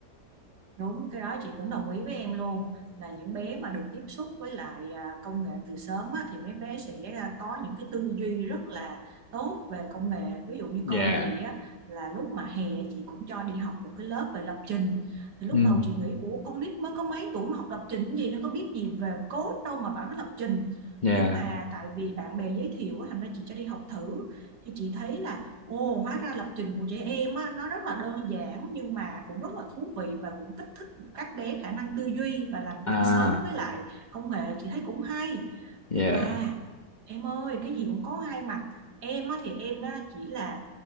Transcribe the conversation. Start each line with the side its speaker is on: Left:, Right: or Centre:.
Right: Đúng, cái đó chị cũng đồng ý với em luôn là những bé mà được tiếp xúc với lại à, công nghệ từ sớm á, thì mấy bé sẽ à, có những cái tư duy rất là tốt về công nghệ. Ví dụ như
Left: Dạ.
Right: con chị á, là lúc mà hè chị cũng cho đi học một cái lớp về lập trình. Thì lúc
Left: Ừ.
Right: đầu chị nghĩ ủa con nít mới có mấy tuổi mà học lập trình cái gì nó có biết gì về code đâu mà bảo nó lập trình.
Left: Dạ.
Right: Nhưng mà tại vì bạn bè giới thiệu á, thành ra chị cho đi học thử thì chị thấy là Ồ, hóa ra lập trình của trẻ em á, nó rất là đơn giản nhưng mà cũng rất là thú vị và cũng kích thích các bé khả năng tư duy và làm quen
Left: À.
Right: sớm với lại công nghệ chị thấy cũng hay.
Left: Dạ.
Right: Nhưng mà em ơi, cái gì cũng có hai mặt. Em á, thì em á, chỉ là